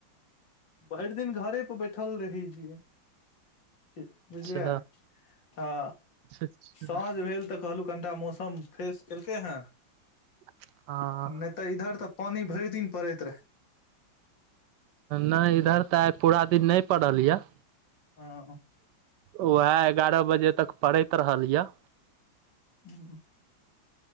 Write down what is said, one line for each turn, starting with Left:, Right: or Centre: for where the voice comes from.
Left: भैर दिन घरे परे बैठल रहै छियै। बुझलियै
Right: अच्छा
Left: तऽ
Right: अच्छा
Left: साँझ
Right: हँ
Left: भेल तऽ। कहलहुँ कनिटा मौसम फ्रेश केलकै हेँ।
Right: हँ।
Left: नहि तऽ इधर तऽ पानी भैर दिन पड़ैत रहे।
Right: नैय इधर तऽ आय पूरा दिन नैय पड़ल या।
Left: हँ।
Right: उएह एगारह बजे तक पड़ैत रहल या।
Left: हूँ।